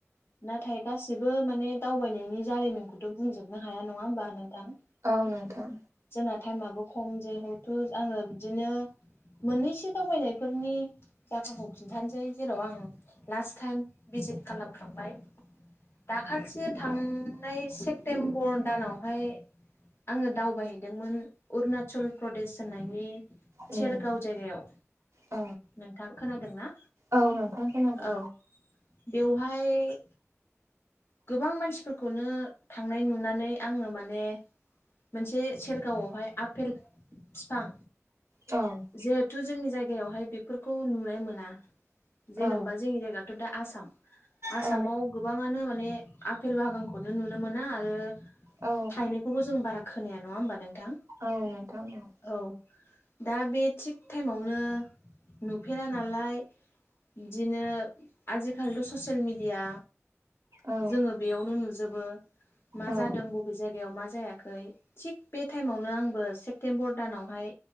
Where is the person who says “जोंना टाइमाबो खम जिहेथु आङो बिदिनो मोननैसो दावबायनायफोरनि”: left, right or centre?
Left